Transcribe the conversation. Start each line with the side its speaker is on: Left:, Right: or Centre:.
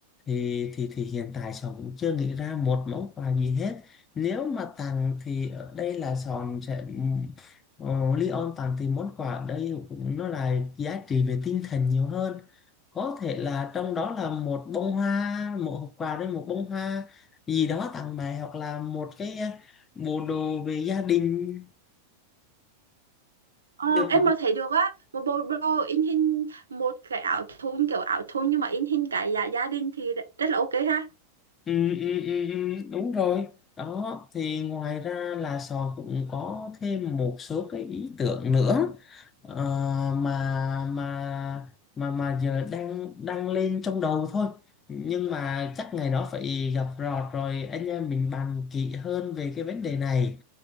Left: thì thì thì hiện tại Sòn cũng chưa nghĩ ra một món quà gì hết. Nếu mà tặng thì ở đây là Sòn sẽ uh, Leon tặng thì món quà ở đây cũng- nó là giá trị về tinh thần nhiều hơn. Có thể là trong đó là một bông hoa, một hộp quà đấy một bông hoa gì đó tặng mẹ hoặc là một cái ờ, bộ đồ về gia đình.
Right: Ờ,
Left: Được
Right: em mà thấy được á một bộ đồ in hình một cái áo thun kiểu áo thun nhưng mà in hình cái gia gia đình thì rất là ok ha
Left: Ừ, ừ, ừ, ừ, đúng rồi đó thì ngoài ra là Sò cũng có thêm một số cái ý tưởng nữa ờ, mà mà mà mà giờ đang đang lên trong đầu thôi nhưng mà chắc ngày đó phải gặp Rọt rồi anh em mình bàn kỹ hơn về cái vấn đề này